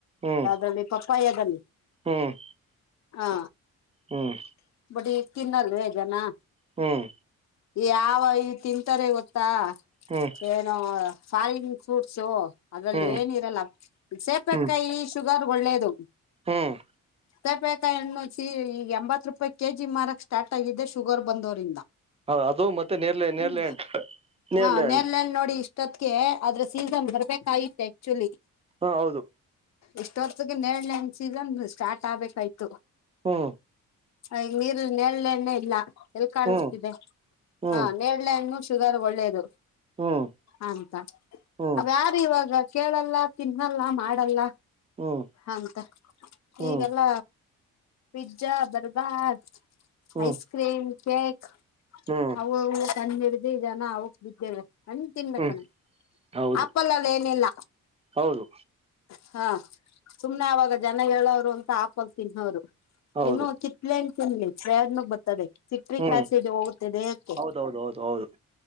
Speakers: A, on the right; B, on the left.
A: ಹ್ಮ್
B: ಯಾವದ್ರಲ್ಲಿ ಪಪ್ಪಾಯದಲ್ಲಿ.
A: ಹ್ಮ್
B: ಹಾ
A: ಹ್ಮ್
B: ಬಿಡಿ ತಿನ್ನಲ್ವೇ ಜನಾ.
A: ಹ್ಮ್
B: ಯಾವ ಈ ತಿಂತಾರೆ ಗೊತ್ತಾ?
A: ಹ್ಮ್
B: ಏನೋ ಫಾಯಿನ್ ಫ್ರೂಟ್ಸು ಅದ್ರಲ್ಲಿ
A: ಹ್ಮ್
B: ಏನ ಇರಲ್ಲ ಸೇಪೆಕಾಯಿ
A: ಹ್ಮ್
B: ಶು ಗರ್ಗ್ ಒಳ್ಳೇದು.
A: ಹ್ಮ್
B: ಸೆಪೆಕಾಯಿ ಹಣ್ಣು ಸಿ ಈಗ ಎಂಬತ್ತ ರೂಪಾಯಿ ಕೆಜಿ ಮಾರಕ್ ಸ್ಟಾರ್ಟ್ ಆಗಿದ್ದೆ ಶುಗರ್ ಬಂದೋರಿಂದ.
A: ಹೌ ಅದು ಮತ್ತೆ ನೇರ್ಲೆ ನೇರ್ಲೆ
B: ಹ್ಮ
A: ಹಣ್ಣು ನೇರ್ಲೆ
B: ಹ
A: ಹಣ್ಣು
B: ನೆರಳೆನ್ನ ನೋಡಿ ಈಸ್ಟ್ ಇಷ್ಟೊತ್ತಗೆ ಅದ್ರ ಸೀಸನ್ ಬರ್ಬೇಕಾಗಿತ ಆಕ್ಚುಲಿ.
A: ಹಾ ಹೌದು.
B: ಇಷ್ಟ ಹೊತ್ತಿಗೆ ನೇರಳೆ ಹಣ್ಣ ಸೀಸನ್ ಸ್ಟಾರ್ಟ್ ಆಗ್ಬೇಕಾಯ್ತು.
A: ಹ್ಮ
B: ಈಗ ನಿರ್ಲ ನೆರಳಣ್ಣೆ ಇಲ್ಲ ಎಲ್ಲಿ ಕಾಣಿಸ್ತಿದೆ?
A: ಹ್ಮ್ ಹ್ಮ್
B: ಹಾ ನೇರ್ಲೆ ಹಣ್ಣು ಶುಗರ್ ಒಳ್ಳೇದು.
A: ಹ್ಮ್
B: ಅಂತ
A: ಹ್ಮ್
B: ಅವ ಯಾರು ಇವಾಗ ಕೇಳಲ್ಲ ತಿನ್ನಲ್ಲ ಮಾಡಲ್ಲ
A: ಹ್ಮ್
B: ಅಂತ
A: ಹ್ಮ್
B: ಈಗೆಲ್ಲ ಪಿಜ್ಜಾ ಬರ್ಗರ್.
A: ಹ್ಮ್
B: ಐಸ್ ಕ್ರೀಮ್ ಕೇಕ್
A: ಹ್ಮ್
B: ಅವು ಅವು ತಂದ್ ಹಿಡ್ದಿ ಜನ ಅವಕ್ ಬಿದ್ದವೆ. ಹಣ ತಿನ್ಬೇಕ
A: ಹ್ಮ್
B: ಕಣ್
A: ಹೌದು
B: ಆಪಲಲ್ಲ ಏನಿಲ್ಲ.
A: ಹೌದು
B: ಹಾ ಸುಮ್ನೆ ಅವಾಗ ಜನ ಹೇಳೋರು ಅಂತ ಆ್ಯಪಲ್ ತಿನ್ನೋರು.
A: ಹೌದು
B: ಇನ್ನು ಕಿತ್ತಳೆ ಹಣ್ಣ ತಿನ್ಲಿ. ಫೇರ್ನೂ ಬರ್ತದೆ ಸಿಟ್ರಿಕ್ಕ್
A: ಹ್ಮ್
B: ಆಸಿಡ್ ಹೋಗುತ್ತೆ ದೇಹಕ್ಕೆ.
A: ಹೌದೌದು ಹೌದು ಹೌದು